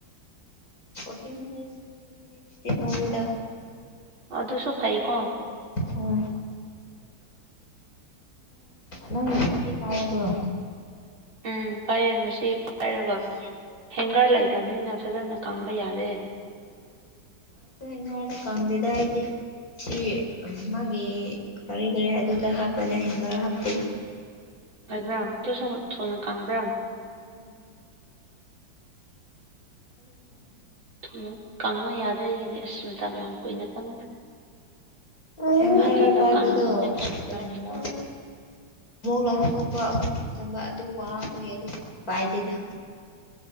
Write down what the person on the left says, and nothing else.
ꯐꯣꯔꯇꯤꯟ ꯃꯤꯅꯤꯠ ꯐꯇꯤꯟꯁꯇ ꯇꯦꯜꯍꯧꯋꯤꯗ꯫
ꯍꯣꯏ ꯅꯪ-ꯅꯪ ꯅꯪꯗꯤ ꯄꯥꯏꯔꯕ꯭ꯔꯣ꯫
ꯑꯩꯁꯨ ꯍꯦꯡꯒꯔꯗ ꯀꯪꯗꯦꯗ ꯑꯩꯗꯤ ꯁꯤ ꯃꯥꯒꯤ ꯀꯔꯤ-ꯀꯔꯤ ꯑꯗꯨꯗ ꯍꯥꯞꯄꯅꯦ ꯍꯦꯡꯒꯔ ꯍꯥꯞꯇꯦ꯫
ꯎꯝ ꯑꯗꯨ ꯍ꯫ ꯔ
ꯍꯦꯡꯒꯔ
ꯄꯥꯏꯕꯗꯣ
ꯇꯣ
ꯑꯃꯣꯛ ꯂꯧꯊꯣꯛꯄ ꯑꯃꯨꯛ ꯍꯄꯆꯤꯟꯕꯥ ꯑꯗꯨ ꯋꯥ꯫ ꯑꯗꯨꯒꯤ ꯑꯩꯗꯤ ꯄꯥꯏꯗꯦꯗ꯫